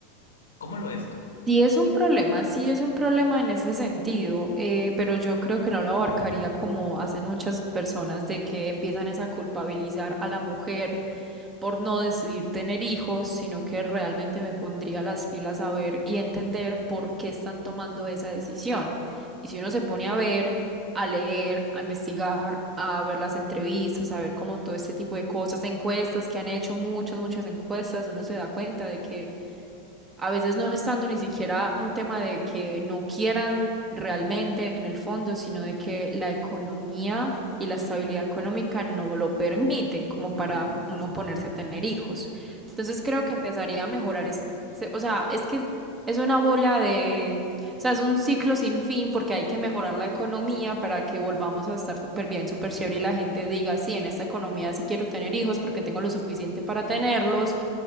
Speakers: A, on the left (about 80°); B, on the right (about 25°).
A: ¿Cómo lo ves tú?
B: Sí es un problema, sí es un problema en ese sentido, eh, pero yo creo que no lo abarcaría como hacen muchas personas de que empiezan es a culpabilizar a la mujer por no decidir tener hijos, sino que realmente me pondría las pilas a ver y entender por qué están tomando esa decisión. Y si uno se pone a ver, a leer, a investigar, a ver las entrevistas, a ver como todo este tipo de cosas, encuestas que han hecho muchas, muchas encuestas, uno se da cuenta de que a veces no es tanto ni siquiera un tema de que no quieran realmente en el fondo, sino de que la economía y la estabilidad económica no lo permiten como
A: Ujú,
B: para uno ponerse a tener hijos. Entonces creo que empezaría a mejorar este, o sea, es que es es una bola de, o sea, es un ciclo sin fin porque hay que mejorar la economía para que volvamos a estar súper bien, súper chévere y la gente diga, sí, en esta economía sí quiero tener hijos porque tengo lo suficiente para tenerlos